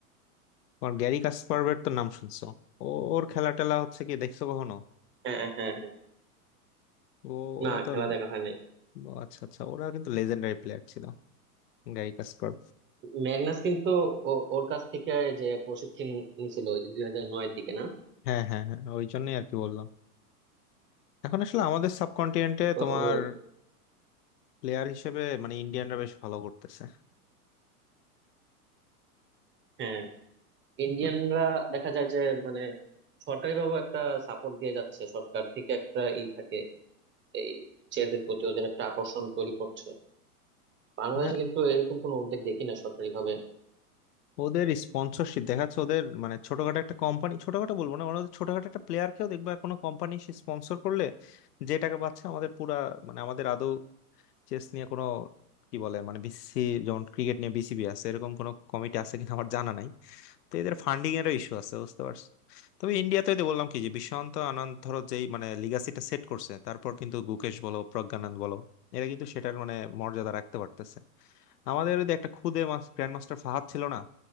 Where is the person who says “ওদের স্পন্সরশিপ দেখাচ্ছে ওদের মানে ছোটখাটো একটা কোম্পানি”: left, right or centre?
Left